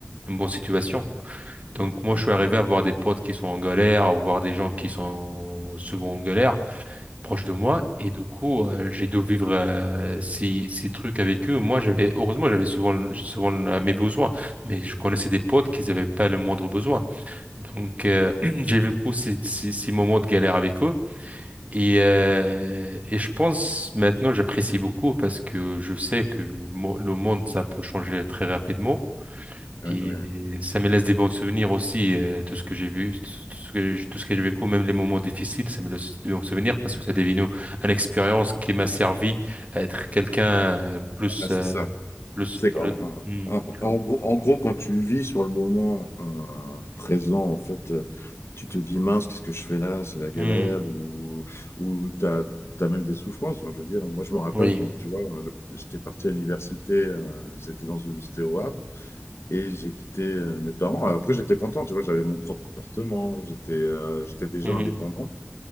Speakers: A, on the right; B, on the left.
A: une bonne situation. Donc
B: ouais,
A: moi,
B: ouais,
A: je suis arrivé
B: ouais,
A: à voir des potes qui sont en galère, à voir des gens qui sont souvent en galère, proche de moi, et du coup, euh, j'ai dû vivre euh, ces, ces trucs avec eux. Moi, j'avais, heureusement, j'avais souvent, souvent euh, mes besoins, mais je connaissais des potes qui n'avaient pas le moindre besoin. Donc, euh, <clears throat> j'ai vécu ces, ces, ces moments de galère avec eux. Et, euh, et je pense maintenant, j'apprécie beaucoup parce que je sais que le, mo- le monde, ça peut changer très rapidement.
B: ouais,
A: Et
B: ouais. ouais.
A: ça me laisse des bons souvenirs aussi, euh, tout ce que j'ai vu, tout ce que, j'ai- tout ce que j'ai vécu, même les moments difficiles, ça me laisse des bons souvenirs parce que ça devenu une expérience qui m'a servi à être quelqu'un euh, plus,
B: Voilà, c'est
A: euh,
B: ça.
A: plus,
B: C'est
A: plus,
B: en,
A: hmm,
B: en-
A: plus-
B: en gros, en gros, quand tu vis sur le moment euh, présent, en fait, euh, tu te dis mince, qu'est-ce que je fais là? C'est la galère
A: hmm,
B: ou ou t'as as même des souffrances. Enfin, je veux dire, moi, je me rappelle
A: oui.
B: quand tu vois, euh, j'étais parti à l'université, euh, c'était dans une, c'était au Havre et j'ai quitté euh, mes parents. Alors, après, j'étais content, tu vois, j'avais mon propre appartement, j'étais euh, j'étais déjà
A: Mhm,
B: indépendant.